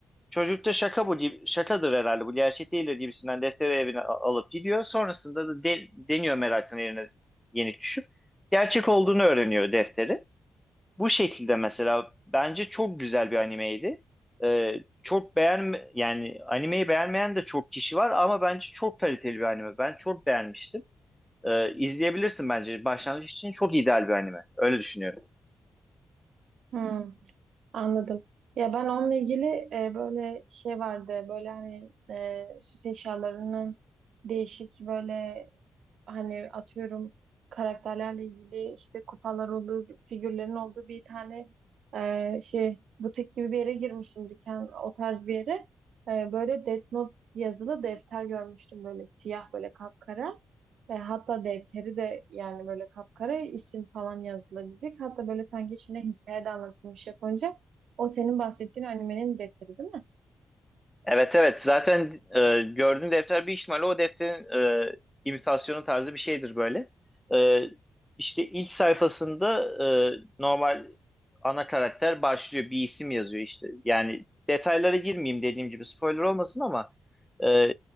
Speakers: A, in the centre; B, on the right (about 80°).
A: Çocuk da şaka bu gibi şakadır herhalde bu gerçek değildir gibisinden defteri evine alıp gidiyor. Sonrasında da de- deniyor merakın yerine yenik düşüp gerçek olduğunu öğreniyor defteri. Bu şekilde mesela bence çok güzel bir animeydi. Ee, çok beğen yani animeyi beğenmeyen de çok kişi var ama bence çok kaliteli bir anime. Ben çok beğenmiştim. Ee, izleyebilirsin bence. Başlangıç için çok ideal bir anime. Öyle düşünüyorum.
B: Hı. Anladım. Ya ben onunla ilgili e, böyle şey vardı. Böyle hani e, süs eşyalarının değişik böyle hani atıyorum karakterlerle ilgili işte kupalar olur, figürlerin olduğu bir tane e, şey butik gibi bir yere girmiştim dükkan o tarz bir yere. E, böyle Death Note yazılı defter görmüştüm böyle siyah böyle kapkara. E, hatta defteri de yani böyle kapkara isim falan yazılabilecek. Hatta böyle sanki içinde hikaye de anlatılmış Japonca. O senin bahsettiğin animenin defteri değil mi?
A: Evet evet zaten e, gördüğün defter bir ihtimalle o defterin e, imitasyonu tarzı bir şeydir böyle. E, işte ilk sayfasında e, normal ana karakter başlıyor bir isim yazıyor işte. Yani detaylara girmeyeyim dediğim gibi spoiler olmasın ama e,